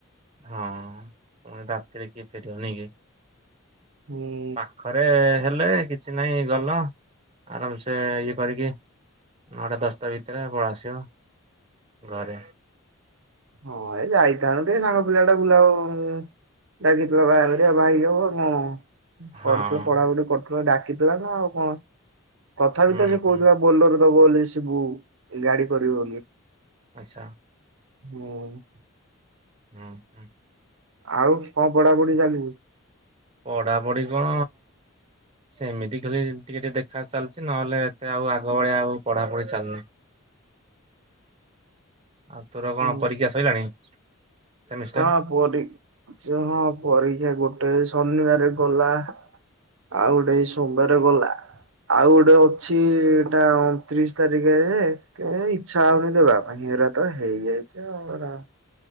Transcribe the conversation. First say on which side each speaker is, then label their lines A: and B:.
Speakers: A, on the right; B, on the right.
A: ହଁ ପୁଣି ରାତିରେ କିଏ ଫେରିବ ନେକି।
B: ହୁଁ।
A: ପାଖରେ ହେଲେ କିଛି ନାଇଁ ଗଲ, ଆରାମସେ ଇଏ କରିକି ନଅଟା ଦଶଟା ଭିତରେ ପଳ ଆସିବ ଘରେ।
B: ହଁ ଏ ଯାଇଥାନ୍ତେ ସାଙ୍ଗ ପିଲା ଟା ବୁଲା ଉଁ, ଡାକିଥିଲା ବାହାଘରିଆ ଭାଇ ଯିବ କଣ?
A: ହଁ
B: କରିଥିଲ ପଢାପଢି କରିଥିଲ ଡାକିଥିଲା ନା ଆଉ କଣ? ତଥା
A: ହୁଁ
B: ବି ତ ସେ
A: ହୁଁ।
B: କହୁଥିଲା ବୋଲଲୋର ଦବ ବୋଲି ସିବୁ ଗାଡି କରିବୁ ବୋଲି।
A: ଆଚ୍ଛା।
B: ହୁଁ।
A: ହୁଁ, ହୁଁ।
B: ଆଉ କଣ ପଢାପଢି ଚାଲିଛି?
A: ପଢାପଢି କଣ? ସେମିତି ଖାଲି ଟିକେ ଟିକେ ଦେଖା ଚାଲିଛି, ନହେଲେ ଏତେ ଆଉ ଆଗ ଭଳିଆ ଆଉ ପଢାପଢି ଚାଲୁନି। ଆଉ ତୋର କଣ
B: ହୁଁ
A: ପରୀକ୍ଷା ସଇଲାଣି? ସେମିଷ୍ଟାର?
B: ହଁ ପରୀ ଯେ ହଁ ପରୀକ୍ଷା ଗୋଟେ ଶନିବାର ଗଲା। ଆଉ ଗୋଟେ ସୋମବାରେ ଗଲା। ଆଉ ଗୋଟେ ଅଛି ଏଟା ଅଣତିରିଶ ତାରିଖରେ। କେ ଇଚ୍ଛା ହଉନି ଦେବା ପାଇଁ ହେରା ତ ହେଇଯାଇଛି, ଆଉ ର